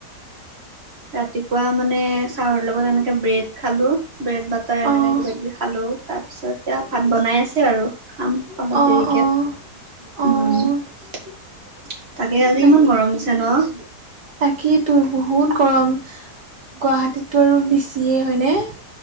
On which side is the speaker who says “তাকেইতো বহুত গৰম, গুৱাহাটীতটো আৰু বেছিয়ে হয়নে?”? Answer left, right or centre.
Right